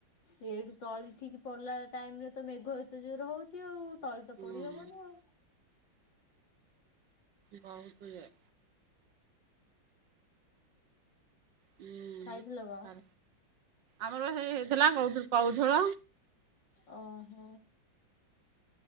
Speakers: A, on the left; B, on the right.
A: ଏଇଠି ତଳି ଠିକ ପଡିଲା ଟାଇମରେ, ତ ମେଘ ଏତେ ଜୋର ହଉଛି ଆଉ। ତଳି ତ
B: ହୁଁ
A: ପଡି ହବନି ଆଉ।
B: ବନୁ କୁ ଯାଏ। ହୁଁ।
A: ଖାଇଥିଲ କ?
B: ଆମର ପା ହେଇ ହେଇଥିଲା କତ କଉ ଝୋଳ।
A: ଅ ହ।